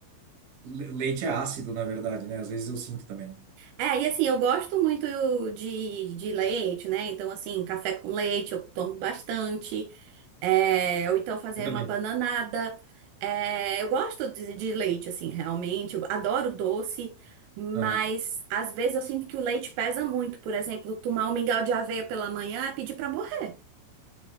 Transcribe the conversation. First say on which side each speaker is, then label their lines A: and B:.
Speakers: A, on the right; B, on the right.
A: Le- Leite é ácido, na verdade, né? Às vezes eu sinto também.
B: É, e assim, eu gosto muito de, de leite, né? Então, assim, café com leite eu tomo bastante. É, ou então fazer
A: Eu também.
B: uma bananada. É, eu gosto de, de leite, assim, realmente. Eu adoro doce, mas
A: Aham.
B: às vezes eu sinto que o leite pesa muito. Por exemplo, tomar um mingau de aveia pela manhã é pedir pra morrer.